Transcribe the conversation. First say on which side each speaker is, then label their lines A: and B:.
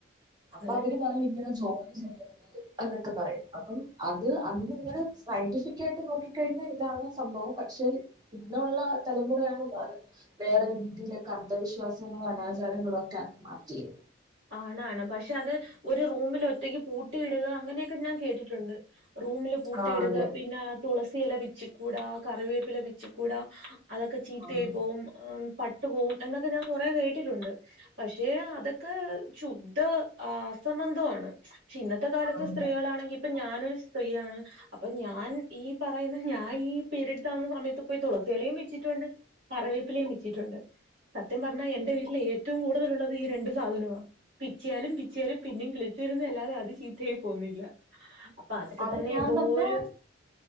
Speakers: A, on the right (about 20°); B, on the right (about 70°).
A: അപ്പവര്
B: അതെ
A: പറയും ഇങ്ങനെ ജോലി ചെയ്യ അന്നൊക്കെ പറയും അപ്പം അത് അന്നിങ്ങനെ സയന്റിഫിക്കായി ട്ട് നോക്കിക്കഴിഞ്ഞ ഇതാണ് സംഭവം പക്ഷെ പിന്നുള്ള തലമുറയാണല്ലോ അത്. വേറെ രീതിയിലൊക്കെ അന്ധവിശ്വാസങ്ങളും അനാചാരങ്ങളും ഒക്കെ ആക്കി മാറ്റിയത്.
B: ആണാണ് പക്ഷെ അത് ഒരു റൂമിലൊറ്റക്ക് പൂട്ടിയിട്ക അങ്ങനെയൊക്കെ ഞാൻ കേട്ടിട്ടുണ്ട്. റൂമില് പൂട്ടിയിടുക
A: ആ അതെ
B: പിന്ന തുളസിയെല പിച്ചിക്കൂടാ കറിവേപ്പില പിച്ചിക്കൂടാ. അതൊക്കെ ചീത്തയയി
A: ഉം.
B: പോവും ഏം പട്ടു പോവും എന്നൊക്കെ ഞാ കൊറേ കേട്ടിട്ടുണ്ട് പക്ഷേ അതൊ ക്ക് ശുട് അസംബന്ധമാണ് പക്ഷേ ഇന്നത്തെ കാലത്ത്
A: ഉം.
B: സ്ത്രീകളാണെങ്കിൽ ഇപ്പൊ ഞാനൊരു സ്ത്രീയാണ് അപ്പൊ ഞാൻ ഈ പറയുന്ന ഞാൻ ഈ പീരീഡ്സ് ആവുന്ന സമയത്ത് പോയി തുളസിളയലയും പിച്ചിയിട്ടുണ്ട് കറിവേപ്പിലേ പിച്ചിയിട്ടുണ്ട് സത്യം പറഞ്ഞാൽ എന്റെ വീട്ടിൽ ഏറ്റവും കൂടുതലുള്ളത് ഈ രണ്ട്- രണ്ട് സാധന പിച്ചയാലും പിച്ചയാലും പിന്നെയും കിളിച്ചു വരുന്ന അല്ലാതെ അത് ചീത്തയായി പോകുന്നില്ല അപ്പൊ അതൊക്കെ
A: അത്
B: തന്നെ
A: ഞാൻ
B: എന്തോ
A: പറഞ്ഞ
B: ഒരു